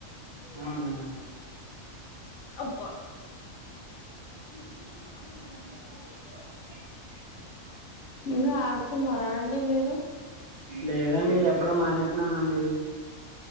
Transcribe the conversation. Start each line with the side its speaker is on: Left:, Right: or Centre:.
Right: అవునా
Left: అబ్బా
Right: <inaudible>
Left: ఇంకా ఆడుతున్నారా అండి మీరు
Right: లేదండి ఎప్పుడో మానేసినాం అండి